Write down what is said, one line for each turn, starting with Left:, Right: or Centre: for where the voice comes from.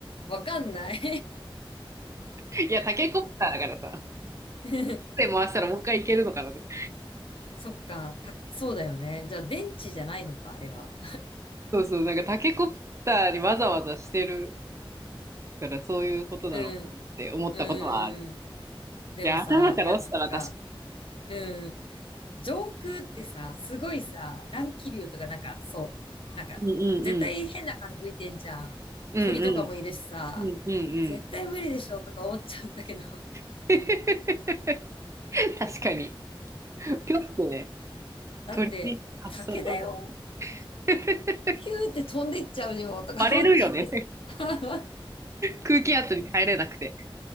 Left: わかんない。
Right: <laughs> いや、タケコプターだからさ、
Left: <laughs>
Right: 手回したらもう一回いけるのかなとか。
Left: そっか、た、そうだよね。じゃあ電池じゃないのか、あれは。
Right: そうそう、なんかタケコプターにわざわざしてるから、そういうことなのかなって思ったことはある。
Left: うん。うんうん。
Right: い
Left: でもさ、
Right: や、頭から落ちたら確か
Left: なんか、うん、上空ってさ、すごいさ、乱気流とかなんか、そう、なんか、
Right: に。うんうんうん。
Left: 絶対変な風吹いてんじゃん。
Right: うんうん。
Left: 鳥とかもいるしさ、
Right: うんうんうん。
Left: 絶対無理でしょとか思っちゃうんだけど、
Right: <laughs> 確かに。ぴょってね。
Left: だって、
Right: 鳥にかっそらう。
Left: 竹だよ。
Right: <laughs>
Left: ピューって飛んでっちゃうよとか思っちゃってさ。
Right: バレるよね。
Left: <laughs>
Right: 空気圧に耐えれなくて。